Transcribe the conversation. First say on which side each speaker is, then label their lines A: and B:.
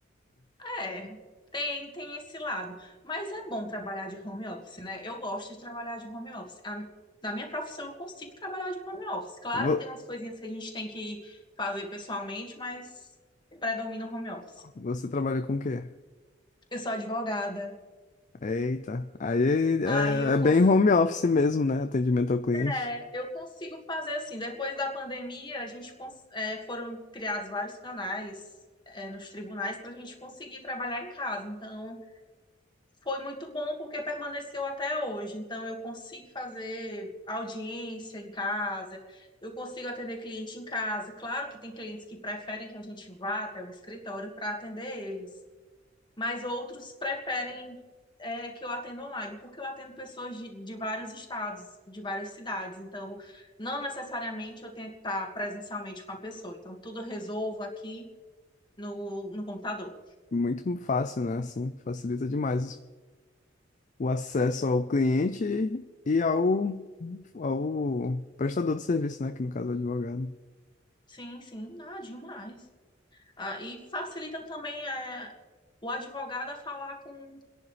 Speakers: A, on the left (about 25°); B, on the left (about 40°).
A: É, tem, tem esse lado. Mas é bom trabalhar de home office, né? Eu gosto de trabalhar de home office. A- na minha profissão, eu consigo trabalhar de home office. Claro
B: <laughs> Vo-
A: que tem umas coisinhas que a gente tem que fazer pessoalmente, mas predomina o home office.
B: Você trabalha com o quê?
A: Eu sou advogada.
B: Eita, aí
A: Aí
B: é,
A: eu,
B: é
A: cons
B: bem home office mesmo, né? Atendimento ao cliente.
A: é, eu consigo fazer assim. Depois da pandemia, a gente cons- é, foram criados vários canais, é, nos tribunais para a gente conseguir trabalhar em casa. Então. foi muito bom porque permaneceu até hoje. Então, eu consigo fazer audiência em casa, eu consigo atender cliente em casa. Claro que tem clientes que preferem que a gente vá até o escritório para atender eles, mas outros preferem é, que eu atenda online, porque eu atendo pessoas de, de vários estados, de várias cidades. Então, não necessariamente eu tenho que estar presencialmente com a pessoa. Então, tudo eu resolvo aqui no, no computador.
B: Muito fácil, né? Assim, facilita demais o acesso ao cliente e ao, ao prestador de serviço, né? Que no caso é o advogado.
A: Sim, sim, ah, demais. Ah, e facilita também é, o advogado a falar com,